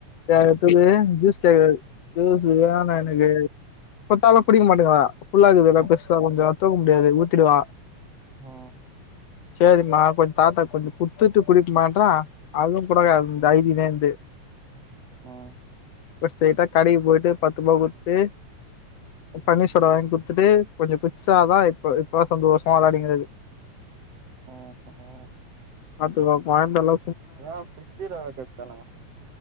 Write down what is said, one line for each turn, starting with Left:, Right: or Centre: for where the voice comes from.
Left: யா எப்புமே ஜூஸ் கெட்யாது ஜீஸு வேணு எனக்கு குத்தாலு குடிக்க மாட்டங்றா ஃபுல்லா கீது ல்லா
Right: ம் ம்
Left: பெர்ஸ்சா கொஞ்சோ தூக்க முடியாது ஊத்திடுவா
Right: ம்
Left: சேரிமா கொஞ் தாத்தாக் கொஞ்ச குத்துட்டு குடிக்கிமான்ற அதுவு குடுக்காது ந்து அயிதினே இந்து
Right: ம்
Left: ப்றோ ஸ்டெய்டா கடைக்கு போய்ட்டு பத்து ருபாவ குத்து பன்னீர்சோடா வாய்ங் குத்துட்டு கொஞ்ச குட்சாதா இப்ப இப்ப சந்தோஷமா விளாடிங்கிறாரு
Right: ம் ம்
Left: பாத்துக்கோ கொழ்ந்தல்லா
Right: வா ஃபிரிட்ஜில வெக்கதானுங்க